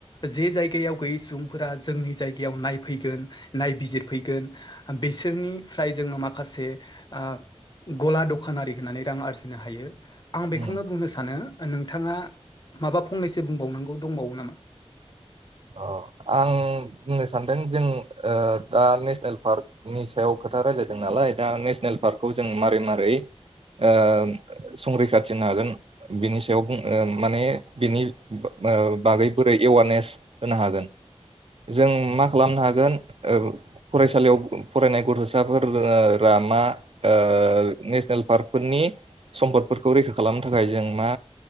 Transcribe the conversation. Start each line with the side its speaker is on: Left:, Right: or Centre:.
Left: जे जायगायाव गैयै सुबुंफोरा जोंनि जायगायाव नायफैगोन नायबिजिरफैगोन बि सोरनिफ्राय जोङो माखासे आ। गला दखानारि होनानै रां आरजिनो हायो। आं बेखौनो
Right: उम
Left: बुंनो सानो नोंथाङा माबा। फंनैसो बुंबावनांगौ दंबावो नामा?
Right: औ आं बुंनो सानदों जों ओ दा नेसनेल पार्कनि सायाव खो खोथा रायलायदों नालाय दा नेसनेल पार्कखौ जों मारै मारै? ओ संरैखाथि होनो हागोन बिनि सायाव बुं माने बिनि। ओ बै-बा-बागै बोरै एवारनेस होनो हागोन। जों मा खालामनो हागोन ओ फरायसालियाव फरायनाय गथसाफोर ओ रो-रा लामा ओ नेसनेल पार्कफोरनि। सम्पदफोरखौ रैखा खालामनो थाखाय जों मा?